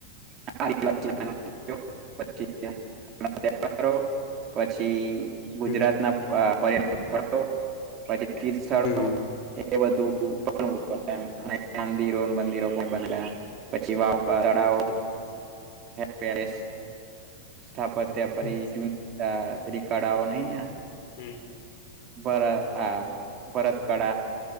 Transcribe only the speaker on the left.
હમ
હમ
અચ્છા.
હમ
હમ હમ.